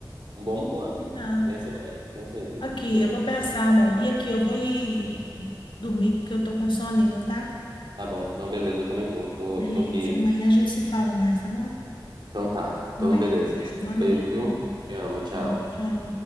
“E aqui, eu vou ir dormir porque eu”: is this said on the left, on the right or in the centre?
Left